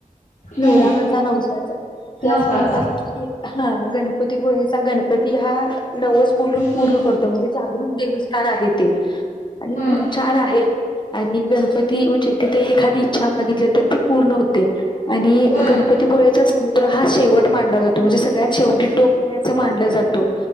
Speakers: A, on the left (about 35°); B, on the left (about 60°).
A: नवरा
B: हम्म
A: माझा नवसाचा क
B: नवसाचा
A: असं म्हणतात की हा गणपती पुळेचा गणपती ती हा नवस बोलून पूर्ण
B: हम्म
A: करतो म्हणजे जागरूक देवस्थान आहे ते आणि
B: हम्म
A: खूप छान आहे. आणि गणपती म्हणजे तिथे एखादी इच्छा मागितली तर ती पूर्ण होते. आणि
B: हम्म
A: गणपतीपोळेचा समुद्र हा शेवट मानला जातो म्हणजे सगळ्यात शेवटी टोक आहे असं मानला जा तो